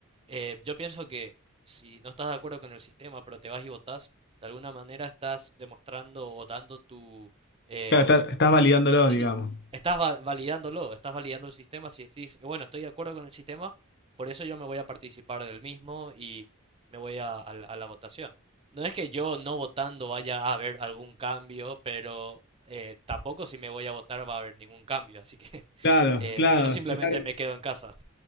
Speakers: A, on the right; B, on the left.
A: eh, yo pienso que si no estás de acuerdo con el sistema, pero te vas y votas, de alguna manera estás demostrando o dando tu... em,
B: Claro, está- estás validándolo,
A: Sí,
B: digamos.
A: estás va- validándolo, estás validando el sistema si decís, "Eh, bueno, estoy de acuerdo con el sistema, por eso yo me voy a participar del mismo y me voy a, a la a la votación. No es que yo no votando vaya a haber algún cambio, pero eh, tampoco si me voy a votar va a haber ningún cambio, así que
B: Claro,
A: <laughs> eh,
B: claro.
A: yo simplemente
B: Está-
A: claro. me quedo en casa.